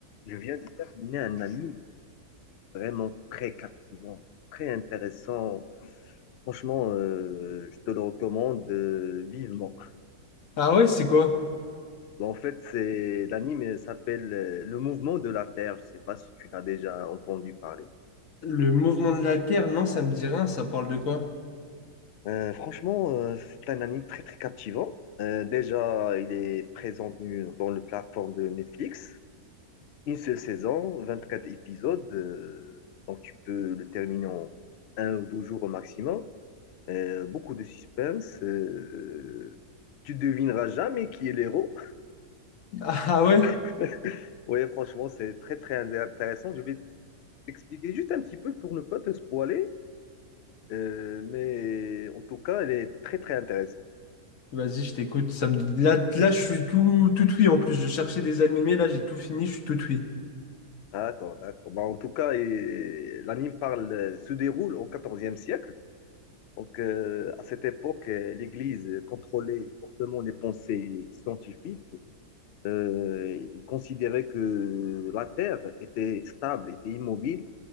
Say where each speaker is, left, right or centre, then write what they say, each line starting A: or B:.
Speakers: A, on the left (about 85°); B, on the left (about 60°).
A: Je viens de terminer un anime vraiment très captivant, très intéressant. Franchement, euh, je te le recommande euh, vivement.
B: Ah ouais, c'est quoi?
A: Bon, En fait, c'est l'anime euh, s'appelle euh, Le Mouvement de la Terre. Je sais pas si tu l'as déjà entendu parler.
B: Le mouvement de la Terre? Non, ça me dit rien, ça parle de quoi?
A: Euh, franchement, euh, c'est un anime très très captivant. Euh, déjà, il est présent du- dans la plateforme de Netflix. Une seule saison, 24 épisodes. euh, donc tu peux le terminer en un ou deux jours au maximum. Euh, beaucoup de suspense. euh, tu devineras jamais qui est l'héros.
B: Ah ouais?
A: <laughs> Oui, franchement, c'est très, très intéressant. Je vais t'expliquer juste un petit peu pour ne pas te spoiler, euh, mais en tout cas, elle est très, très intéressante.
B: Vas-y, je t'écoute. Ça me... Là, là, je suis tout, tout oui en plus. Je cherchais des animés, là, j'ai tout fini, je suis tout oui.
A: D'accord, d'accord. Bah, en tout cas, et- l'anime parle, euh, se déroule au XIVe siècle. Donc, euh, à cette époque, euh, l'Église contrôlait fortement les pensées scientifiques. Euh, il considérait que la Terre était stable, était immobile